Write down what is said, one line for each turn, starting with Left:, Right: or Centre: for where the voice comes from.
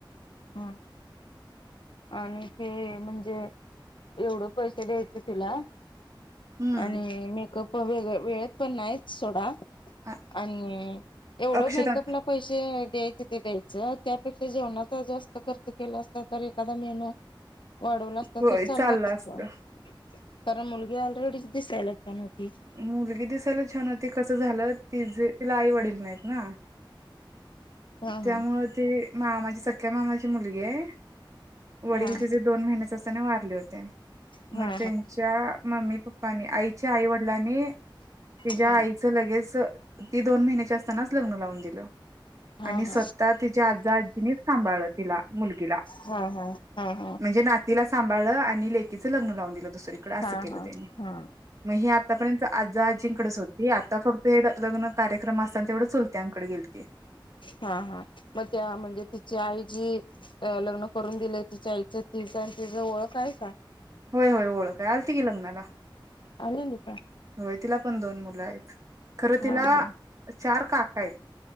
Left: हा आणि ते म्हणजे एवढं पैसे द्यायचे तिला,
Right: हम्म
Left: आणि मेकअप, वेग वेळेतपण नाहीच सोडा.
Right: अ
Left: आणि एवढं
Right: अक्षता
Left: मेकअप ला पैसे द्यायचे ते द्यायचं. त्यापेक्षा जेवणाचा जास्त खर्च केला असता तर, एखादा मेनू वाढवला असता,
Right: होय
Left: तर चालला
Right: चाललं
Left: असतं.
Right: असत
Left: खरं मुलगी ऑलरेडीच, दिसायला छान होती.
Right: मुलगी दिसायला छान होती. कसं झालं, तिजं तिला आई वडील नाहीत ना
Left: हा हा.
Right: त्यामुळं ती मामाची, सख्या मामाची मुलगी आहे. वडील
Left: हा
Right: तिचे, दोन महिन्याचे असताना वारले होते.
Left: हा
Right: मग त्यांच्या मम्मी पप्पांनी, आईच्या आई वडिलांनी तिच्या
Left: हा
Right: आईचं ते लगेच. ती दोन महिन्याची असताना, लग्न लावून दिलं
Left: हा
Right: आणि स्वतः
Left: हा
Right: तिच्या आजा आजीनीच, सांभाळलं तिला मुलगीला.
Left: हा हा हा हा.
Right: म्हणजे नातीला सांभाळलं आणि लेकीच लग्न लावून दिलं दुसरीकडं असं
Left: हा
Right: केलं
Left: हा
Right: त्यांनी.
Left: हा
Right: मग हे आत आतापर्यंत आजा आजींकडेच होती. आता फक्त हे लग्न कार्यक्रम असताना, तेवढं चुलत्यांकडे गेलती.
Left: हा हा. मग त्या म्हणजे ति ची आईची, लग्न करून दिले तिच्या आईचं तिचं आणि तिझं ओळख आहे का?
Right: होय होय, ओळख आहे. आलती की, लग्नाला.
Left: आलेली का?
Right: होय, तिला पण दोन मुलं आहेत. खरं तिला
Left: हा हा
Right: चार काका आहेत.